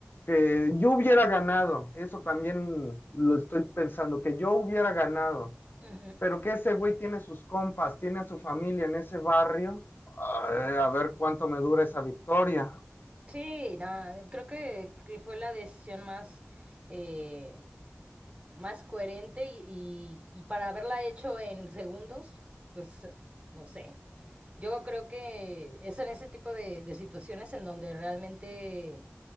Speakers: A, on the left; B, on the right.
A: que yo hubiera ganado, eso también lo estoy pensando, que yo hubiera ganado,
B: Ujú.
A: pero que ese güey tiene sus compas, tiene a su familia en ese barrio. Ay, a ver cuánto me dura esa victoria.
B: Sí, nada, creo que fue la decisión más eh, más coherente y, y, y para haberla hecho en segundos, pues no sé. Yo creo que es en ese tipo de, de situaciones en donde realmente